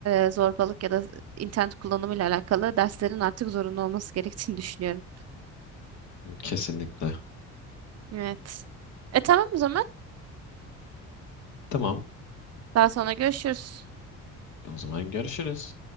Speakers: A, on the right; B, on the left.
A: e, zorbalık ya da internet kullanımıyla alakalı derslerin artık zorunlu olması gerektiğini <laughs> düşünüyorum.
B: Kesinlikle.
A: Evet. E tamam o zaman.
B: Tamam.
A: Daha sonra görüşürüz.
B: O zaman görüşürüz.